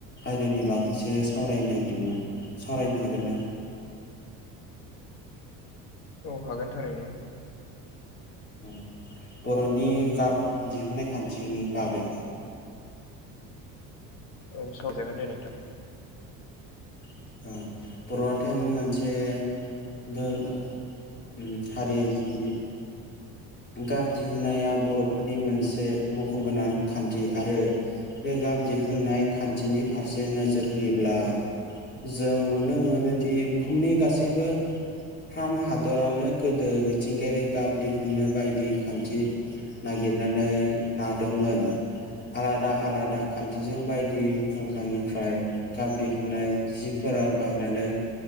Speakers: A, on the left (about 30°); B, on the left (about 80°).
A: आयदानि बागैसो सावरायनो नागिरदोंमोन सावरायनो हागोनना
B: औ हागोन थारैनो।
A: औ बर'नि गाब दिहुननाय खान्थिनि बागै
B: औ सावजागोन दे नोंथां।
A: <inaudible> बर'आथोन मोनसे <unintelligible> हारि जिबि गाब दिहुननाया बर'फोरनि मोनसे मख' गोनां खान्थि आरो बे गाब दिहुननाय खान्थिनि फारसे नोजोर होयोब्ला जों नुनो मोनोदि बुहुमनि गासैबो फ्राम हादरानो गोदो मिथिंगायारि गाब दिहुननो बायदि खानथि नागिरनानै लादोंमोन आलादा आलादा खान्थिजों बायदि फुंखानिफ्राय गाब दिहुननाय जिफोराव बाहायनानै